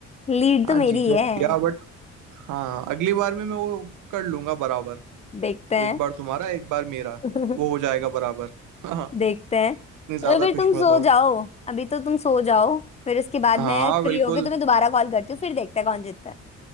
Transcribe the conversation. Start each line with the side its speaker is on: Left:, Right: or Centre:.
Left: लीड
Right: हाँ
Left: तो मेरी
Right: जीतने
Left: ही है
Right: दिया बट हाँ अगली बार में मैं वो कर लूंगा बराबर
Left: देखते हैं
Right: एक बार तुम्हारा एक बार मेरा
Left: <laughs>
Right: वो हो जाएगा बराबर हाँ
Left: देखते हैं
Right: इतनी
Left: तो
Right: ज्यादा
Left: फिर तुम
Right: खुश मत
Left: सो
Right: हो
Left: जाओ अभी तो तुम सो जाओ फिर उसके बाद
Right: हाँ
Left: मैं फ्री
Right: बिल्कुल
Left: होके तुम्हें दोबारा कॉल करती हूँ फिर देखते हैं कौन जीतता है